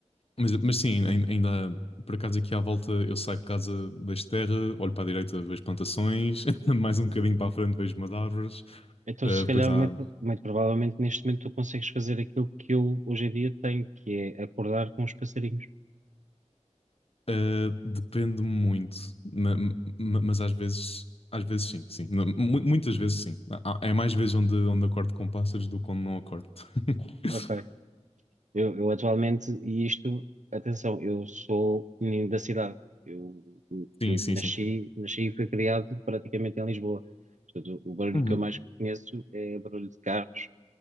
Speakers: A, on the left; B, on the right.
A: Mas, mas sim, ain- ainda há- por acaso aqui à volta eu saio de casa, vejo terra, olho para a direita, vejo plantações, <laughs> mais um bocadinho para a frente vejo umas árvores,
B: Então,
A: ah,
B: se calhar,
A: depois há.
B: muito, muito provavelmente neste momento tu consegues fazer aquilo que eu hoje em dia tenho, que é acordar com os passarinhos.
A: ah, depende muito, ma- ma- mas às vezes, às vezes sim, sim. Não, mu- muitas vezes sim. Há- É mais vezes onde, onde acordo com pássaros do que onde não acordo. <laughs>
B: Ok. Eu, eu atualmente, e isto, atenção, eu sou menino da cidade. Eu
A: Sim,
B: fui-
A: sim,
B: nasci,
A: sim.
B: nasci e fui criado praticamente em Lisboa. Portanto, o barulho
A: Uhum.
B: que eu mais conheço é barulho de carros,